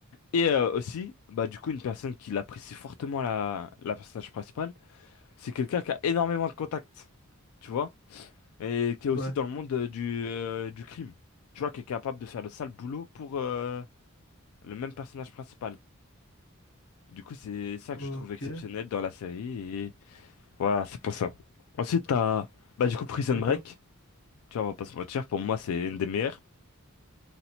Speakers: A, on the left (about 85°); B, on the left (about 60°).
A: Et euh, aussi, bah, du coup, une personne qui l'apprécie fortement, la, la personnage principale. C'est quelqu'un qui a énormément de contacts, tu vois, et qui est
B: ouais.
A: aussi dans le monde euh, du, euh, du crime, tu vois, qui est capable de faire le sale boulot pour euh, le même personnage principal. Du coup, c'est ça
B: Ok,
A: que je trouve exceptionnel dans la série, et voilà, c'est pour ça. Ensuite, t'as, bah, du coup, Prison
B: d'accord.
A: Break, tu vois, on va pas se mentir, pour moi, c'est une des meilleures.